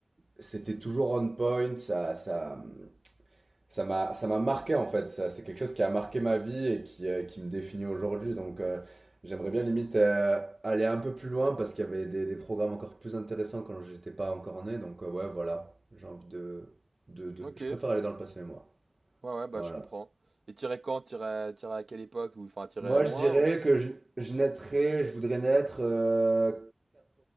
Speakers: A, on the right (about 45°); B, on the right (about 75°).
A: c'était toujours on point. Ça, ça, ça m'a ça m'a marqué en fait ça c'est quelque chose qui a marqué ma vie et qui euh, qui me définit aujourd'hui donc euh, j'aimerais bien limite euh, aller un peu plus loin parce qu'il y avait des, des programmes encore plus intéressants quand j'étais pas encore né donc euh, ouais voilà j'ai envie de, de de
B: Ok.
A: je préfère aller dans le passé moi
B: Ouais, ouais, bah
A: voilà
B: je comprends. Et tirer quand? Tirer, tirer à quelle époque? Ou enfin, tirer
A: moi
B: loin?
A: je dirais
B: Ou
A: que je, je naîtrais je voudrais naître euh,